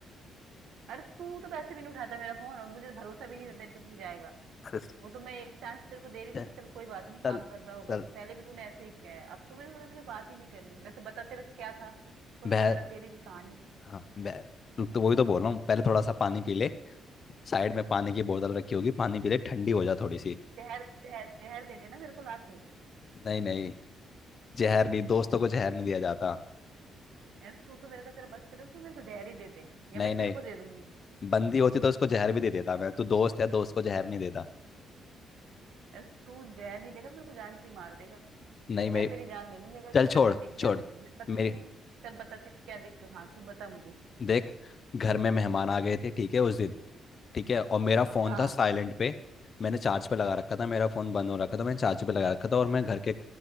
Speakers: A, on the right; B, on the left.
A: अरे तू तो वैसे भी नहीं उठाता मेरा फोन और मुझे भरोसा भी नहीं था तेरे पे भी जाएगा
B: अरे,
A: वो तो मैं एक चांस तेरे को दे रही
B: चल
A: थी कि चल कोई बात नहीं
B: चल
A: काम कर रहा होगा
B: चल।
A: पहले भी तूने ऐसे ही किया है अब तो मेरे से तेरे बात ही नहीं करनी वैसे बता तेरा क्या था सुन
B: बह
A: लूं जरा तेरी भी कहानी
B: हाँ मैं तो, तो वही तो बोल रहा हूँ पहले थोड़ा सा पानी पी ले साइड में पानी की बोतल रखी होगी पानी पी ले ठंडी हो जा थोड़ी सी
A: जहर जहर जहर दे देना मेरे को लाके
B: नहीं नहीं जहर नहीं दोस्तों को जहर नहीं दिया जाता
A: यार तू तो मेरे का तेरा बस चले तो तू मेरे को जहर ही दे दे या
B: नहीं
A: मैं तेरे
B: नहीं
A: को दे दूंगी
B: बंदी होती तो उसको जहर भी दे देता मैं तू दोस्त है दोस्त को जहर नहीं देता
A: यार तू जहर नहीं देगा मेरे को जान से ही मार देगा
B: नहीं
A: या मैं
B: मैं
A: तेरी जान ले लूंगी अगर
B: चल
A: तू मेरे
B: छोड़
A: को दिख
B: छोड़
A: गया तो मैं बता
B: मेरी
A: रही हूँ चल बता तेरी क्या दिक्कत हाँ तू बता मुझे
B: देख घर में मेहमान आ गए थे ठीक है उस दिन ठीक है और मेरा फोन
A: हाँ
B: था साइलेंट पे मैंने चार्ज पे लगा रखा था मेरा फोन बंद हो रखा था मैंने चार्ज पे लगा रखा था और मैं घर के